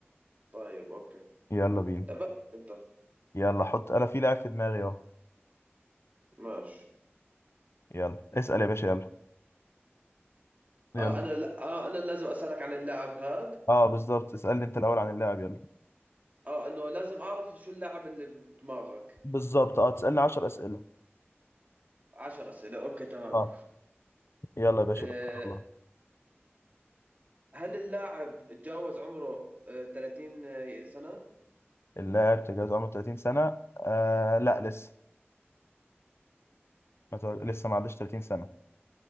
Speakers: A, on the right (about 40°); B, on the left (about 70°).
A: طيب أوكي
B: يلا بينا
A: بس أنت
B: يلا حط انا في لاعب في دماغي اهو
A: ماشي
B: يلا اسال يا باشا يلا يلا
A: آه أنا لا آه أنا لازم أسألك عن اللاعب هاد
B: اه بالظبط اسألني انت الأول عن اللاعب يلا
A: آه إنه لازم أعرف شو اللاعب اللي بدماغك
B: بالظبط اه تسألني 10 أسئلة
A: عشر أسئلة أوكي تمام
B: اه يلا يا باشا
A: آه
B: تبارك الله
A: هل اللاعب تجاوز عمره آه 30 سنة؟
B: اللاعب تجاوز عمره 30 سنة آه لا لسه ما تع- لسه ما عداش 30 سنة